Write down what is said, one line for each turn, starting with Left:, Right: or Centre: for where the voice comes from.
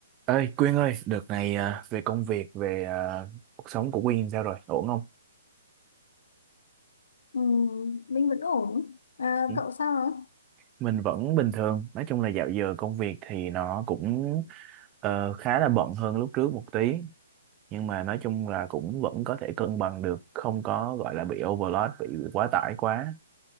Right: Ơi Quyên ơi, đợt này à, về công việc, về à, cuộc sống của Quyên sao rồi? Ổn không?
Left: Ừ, mình vẫn ổn. À,
Right: Ừ.
Left: cậu sao rồi?
Right: Mình vẫn bình thường. Nói chung là dạo giờ công việc thì nó cũng ờ, khá là bận hơn lúc trước một tí. Nhưng mà nói chung là cũng vẫn có thể cân bằng được, không có gọi là bị overload, bị quá tải quá.